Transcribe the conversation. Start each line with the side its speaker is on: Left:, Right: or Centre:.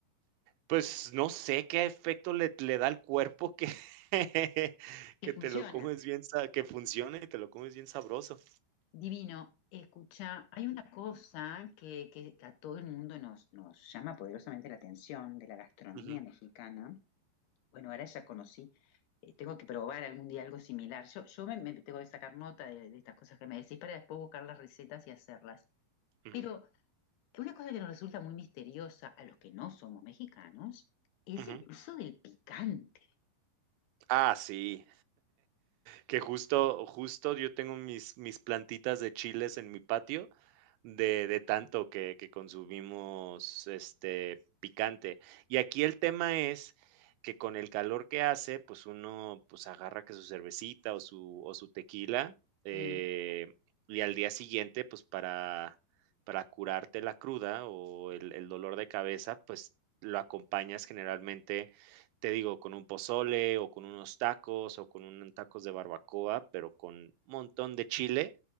Right: Pues, no sé qué efecto le le da al cuerpo que <laughs>
Left: Que
Right: que te
Left: funciona.
Right: lo comes bien sa que funcione y te lo comes bien sabroso.
Left: Divino. Escucha, hay una cosa que, que a todo el mundo nos, nos llama poderosamente la atención de la gastronomía
Right: Ujú,
Left: mexicana Bueno, ahora ya conocí. eh, tengo que probar algún día algo similar. Yo, yo me, me tengo que sacar nota de, de estas cosas que me decís para después buscar las recetas y hacerlas.
Right: ujú,
Left: Pero una cosa que nos resulta muy misteriosa a los que no somos mexicanos es
Right: ujú.
Left: el uso del picante.
Right: Ah, sí. que justo, justo yo tengo mis, mis plantitas de chiles en mi patio de, de tanto que, que consumimos este picante. Y aquí el tema es que con el calor que hace, pues uno pues agarra que su cervecita o su, o su tequila eh,
Left: Mm.
Right: y al día siguiente, pues para, para curarte la cruda o el, el dolor de cabeza, pues lo acompañas generalmente te digo, con un pozole o con unos tacos o con unos tacos de barbacoa, pero con un montón de chile